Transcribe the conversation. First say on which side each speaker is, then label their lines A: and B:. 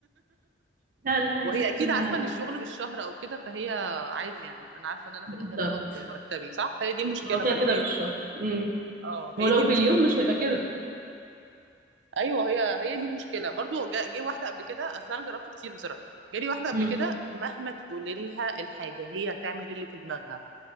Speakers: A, on the right (about 50°); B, on the right (about 70°).
A: <laughs> لا لا
B: وهي
A: يا ستي
B: اكيد
A: لا
B: عارفه ان الشغل بالشهر او كده فهي عادي يعني انا عارفه ان انا
A: بالظبط
B: في الاخر هاخد مرتبي صح هي دي المشكله
A: ما هو كده
B: خلي
A: كده
B: بالك
A: بالشهر امم
B: اه هي
A: هو لو
B: دي المشكله
A: باليوم مش هيبقى كده
B: ايوه هي هي دي المشكله برضو جا- جه واحده قبل كده اصل انا جربت كتير بصراحه جالي واحده قبل
A: امم
B: كده مهما تقولي لها الحاجه هي هتعمل إيه اللي في دماغها